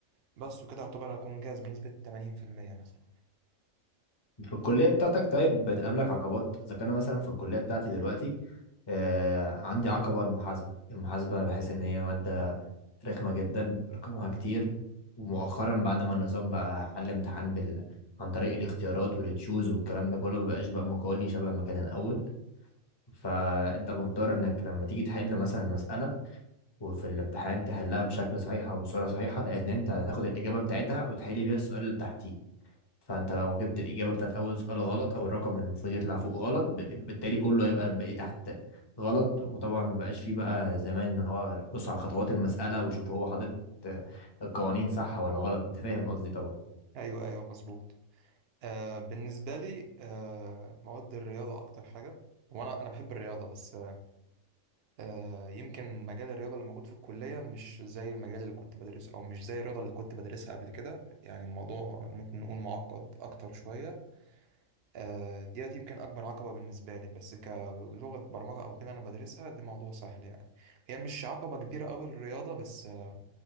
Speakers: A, on the right; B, on the left.
A: بس وكده يعتبر هكون جاهز بنسبة 80% مثلا
B: في الكلية بتاعتك طيب بتقابلك عقبات إذا كان أنا مثلا في الكلية بتاعتي دلوقتي آه عندي عقبة المحاسبة المحاسبة بحس إن هي مادة رخمة جدا رقمها كتير ومؤخرا بعد ما النظام بقى حل امتحان بال عن طريق الاختيارات والتشوز والكلام ده كله مبقاش بقى مقالي شبه ما كان الأول فأنت مضطر إنك لما تيجي تحل مثلا مسألة وفي الامتحان تحلها بشكل صحيح أو بصورة صحيحة لأن أنت هتاخد الإجابة بتاعتها وتحل بيها السؤال اللي تحتيه فانت لو جبت الاجابه بتاعت اول سؤال غلط او الرقم اللي المفروض يطلع فوق غلط ب- بالتالي كله هيبقى الباقي تحت غلط وطبعا ما بقاش فيه بقى زمان ان هو بص على خطوات المساله ويشوف هو حاطط آه، القوانين صح ولا غلط انت فاهم قصدي طبعا
A: أيوه أيوه مظبوط آه بالنسبة لي آه مواد الرياضة أكتر حاجة وأنا أنا بحب الرياضة بس آه يمكن مجال الرياضة اللي موجود في الكلية مش زي المجال اللي كنت بدرسه أو مش زي الرياضة اللي كنت بدرسها قبل كده يعني الموضوع ممكن نقول معقد أكتر شوية آه ديت يمكن أكبر عقبة بالنسبة لي بس كلغة برمجة أو كده أنا بدرسها دي موضوع سهل يعني هي مش عقبة كبيرة أوي الرياضة بس آه